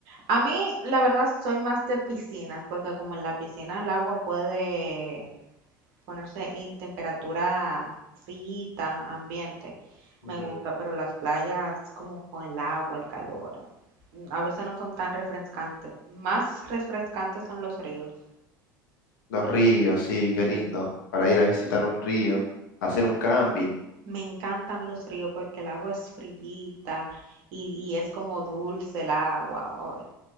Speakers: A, on the right; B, on the left.
A: A mí, la verdad, soy más de piscinas, porque como en la piscina el agua puede ponerse en temperatura frita, ambiente,
B: Ujú.
A: me gusta, pero las playas como con el agua, el calor, mm, a veces no son tan refrescantes. Más refrescantes son los ríos.
B: Los ríos, sí, qué
A: Y
B: lindo. Para ir a visitar un río, hacer un camping.
A: me encantan los ríos porque el agua es frillita y, y es como dulce el agua. Oye,